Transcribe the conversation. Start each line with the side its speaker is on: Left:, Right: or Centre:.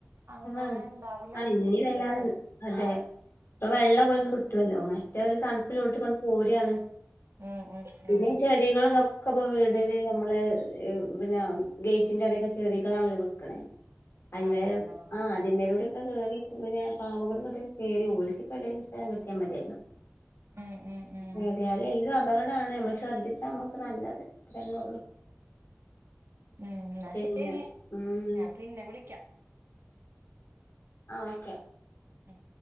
Right: അങ്ങനെ
Left: ആഹ്
Right: ഉണ്ടാവില്ലാന്ന്
Left: ആഹ് ഇനി
Right: ജീവിക്ക്യാ
Left: വല്ലാതെ
Right: ശൽ
Left: അതെ വെള്ളം ഓൽക്ക് കിട്ടൊല്ലോ മറ്റേ ഓല് തൺപ്പില്ലോട്ത്ത്ക്കൺ പോര്യാണ്
Right: ഉം ഉം
Left: പിന്ന
Right: ഉം
Left: ച്ച സ്ത്രീകള് ഇന്ന് ഒക്കപ്പോ വീടില് നമ്മള് പിന്നെ ഗൈറ്റിന്റെ അവടൊക്കെ ചെടി കളാണല്ലോ വെക്ക്ണെ അതിമെ
Right: അതന്നെ
Left: ആ. ചുമരിലുടെ ഒക്കെ കയറി <unintelligible> പാമ്പുകള് ങ്ങട്ട് കയറി ഓൽക്കിപ്പോ എഡോൽ സ്ഥലം കിട്ട്യാ മതിയല്ലോ
Right: ഉം ഉം ഉം ഉം
Left: എത്യാലും എല്ലാം അപകടാണ് നമ്മൾ ശ്രദ്ധിച്ചാൽ നമുക്ക് നല്ലത് അത്രന്നെ ഉള്ളൂ.
Right: ഉം ന്നാ
Left: പിന്നെ
Right: ശരി
Left: ഉം
Right: ഞാൻ പിന്നെ വിളിക്ക്യ
Left: ആഹ്
Right: ഉം